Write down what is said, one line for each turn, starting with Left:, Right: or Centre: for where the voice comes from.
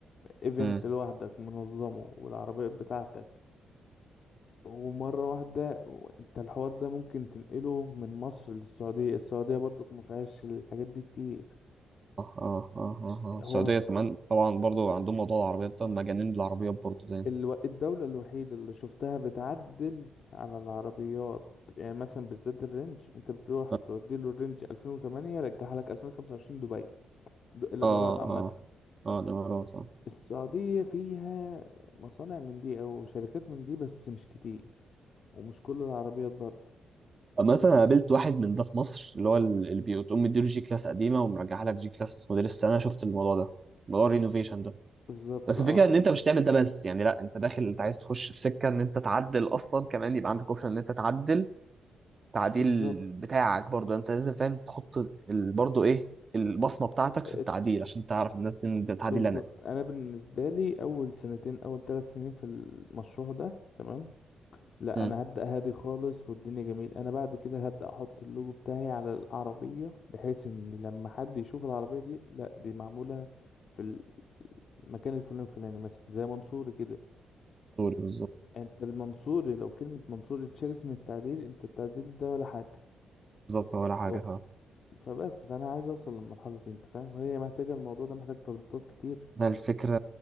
Left: ايفنت
Right: قوي
Left: لوحدك منظمه والعربيات بتاعتك ومرة واحدة انت الحوار ده ممكن تنقله من مصر للسعودية السعودية برضو ما فيهاش الحاجات دي كتير
Right: اه اه اه اه السعودية
Left: هو
Right: كمان طبعا برضو عندهم موضوع العربيات ده مجانين بالعربيات برضو زي
Left: الو... الدولة الوحيدة اللي شفتها بتعدل على العربيات يعني مثلا بالذات الرينج انت بتروح
Right: اه
Left: تودي له الرينج 2008 رجعها لك 2025 دبي د... الامارات
Right: اه
Left: عامة
Right: اه الامارات اه
Left: السعودية فيها مصانع من دي او شركات من دي بس مش كتير ومش كل العربيات برضه
Right: اما انا قابلت واحد من ده في مصر اللي هو اللي بتقوم مديله جي كلاس قديمه ومرجعها لك جي كلاس موديل السنه شفت الموضوع ده موضوع الرينوفيشن ده
Left: بالظبط
Right: بس
Left: اه
Right: الفكره ان انت مش تعمل ده بس يعني لا انت داخل انت عايز تخش في سكه ان انت تعدل اصلا كمان يبقى عندك اوبشن ان انت تعدل تعديل
Left: بالظبط
Right: بتاعك برضو يعني انت لازم فاهم تحط ال- برضو ايه البصمه بتاعتك
Left: ات-
Right: في التعديل عشان تعرف الناس دي إن ده تعديل
Left: بالظبط
Right: انا
Left: انا بالنسبة لي اول سنتين اول ثلاث سنين في المشروع ده تمام لا
Right: مم.
Left: انا هبدأ هادي خالص والدنيا جميل انا بعد كده هبدأ احط اللوجو بتاعي على العربية بحيث ان لما حد يشوف العربية دي لا دي معمولة في المكان الفلاني الفلاني مثلا زي منصوري كده
Right: سوري بالظبط
Left: انت المنصوري لو كلمة منصوري اتشالت من التعديل انت التعديل ده ولا حاجة
Right: بالظبط ولا حاجة
Left: اهو
Right: فاهم
Left: فبس فانا عايز اوصل للمرحلة دي انت فاهم وهي محتاجة الموضوع ده محتاج تظبيطات كتير
Right: ده الفكرة